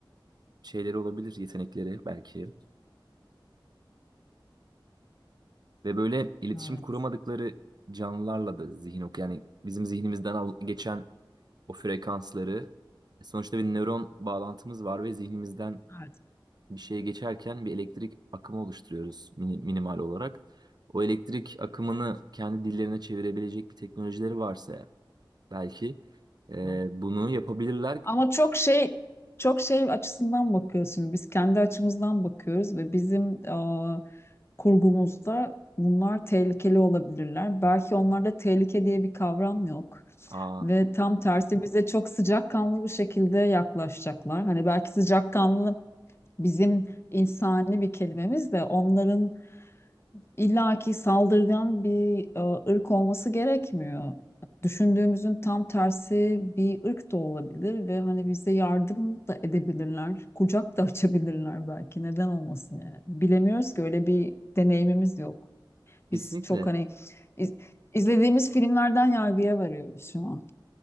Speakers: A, on the right; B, on the left.
A: şeyleri olabilir yetenekleri belki ve böyle iletişim
B: evet,
A: kuramadıkları canlılarla da zihin ok yani bizim zihnimizden al- geçen o frekansları e, sonuçta bir nöron bağlantımız var ve zihnimizden
B: evet.
A: bir şeye geçerken bir elektrik akımı oluşturuyoruz mini- minimal olarak. O elektrik akımını kendi dillerine çevirebilecek bir teknolojileri varsa ya, belki e,
B: doğru.
A: bunu yapabilirler.
B: Ama çok şey çok şey açısından bakıyoruz şimdi. Biz kendi açımızdan bakıyoruz ve bizim e, kurgumuzda bunlar tehlikeli olabilirler. Belki onlarda tehlike diye bir kavram yok.
A: Aa,
B: Ve tam tersi bize çok sıcakkanlı bir şekilde yaklaşacaklar. Hani belki sıcakkanlı bizim insani bir kelimemiz de onların illaki saldırgan bir e, ırk olması gerekmiyor. Düşündüğümüzün tam tersi bir ırk da olabilir ve hani bize yardım da edebilirler. Kucak da açabilirler belki. Neden olmasın yani? Bilemiyoruz ki öyle bir deneyimimiz yok.
A: kesinlikle.
B: Biz çok hani iz- izlediğimiz filmlerden yargıya varıyoruz şu an.